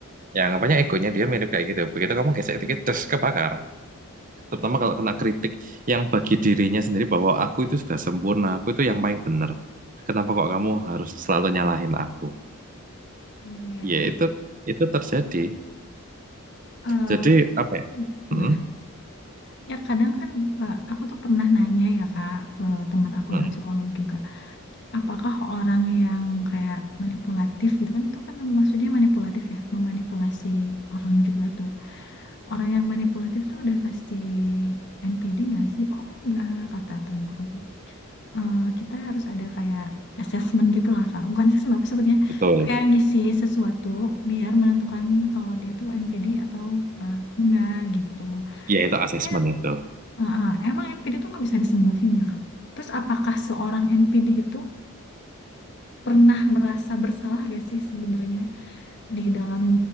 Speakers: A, on the right (about 35°); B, on the left (about 50°).
A: Ya anggapannya egonya dia mirip kayak gitu. Begitu kamu gesek
B: Mm.
A: dikit, des, kebakar. terutama kalau kena kritik yang bagi dirinya sendiri bahwa aku itu sudah sempurna, aku itu yang paling benar. Kenapa kok kamu harus selalu nyalahin aku?
B: Iya, iya,
A: Ya
B: iya.
A: itu itu terjadi.
B: Eh,
A: Jadi apa ya?
B: gimana?
A: Hmm,
B: Ya kadang kan eh, aku tuh pernah nanya ya Kak ke teman aku
A: hmm,
B: yang psikolog juga, apakah orang yang kayak manipulatif gitu kan itu kan maksudnya manipulatif ya, memanipulasi orang juga tuh. Orang yang manipulatif tuh udah pasti NPD nggak sih? Oh enggak, kata temen aku tuh. Eh, kita harus ada kayak assessment gitu lah, Kak. Bukan assessment, apa sebetulnya?
A: betul.
B: Kayak ngisi sesuatu biar menentukan kalau dia tuh NPD atau eh, enggak gitu.
A: Ya itu asesmen
B: Dan
A: itu.
B: eh, eh, emang NPD tuh nggak bisa disembuhin ya, Kak? Terus apakah seorang NPD itu pernah merasa bersalah gak sih sebenarnya? di dalam